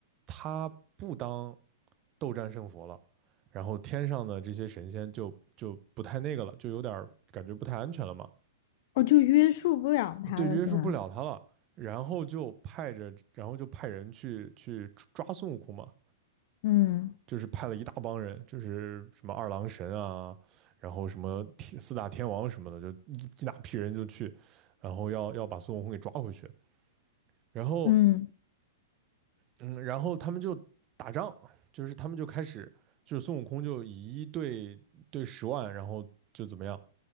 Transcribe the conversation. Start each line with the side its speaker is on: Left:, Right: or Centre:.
Right: 他不当斗战胜佛了，然后天上的这些神仙就就不太那个了，就有点感觉不太安全了嘛，
Left: 哦，就约束不了他了，
Right: 对，约束不了他了。
Left: 是吧？
Right: 然后就派着，然后就派人去去抓孙悟空嘛。
Left: 嗯
Right: 就是派了一大帮人，就是什么二郎神啊，然后什么天四大天王什么的，就一一大批人就去，然后要要把孙悟空给抓回去。然后，
Left: 嗯
Right: 嗯，然后他们就打仗，就是他们就开始，就是孙悟空就以一对对十万，然后就怎么样，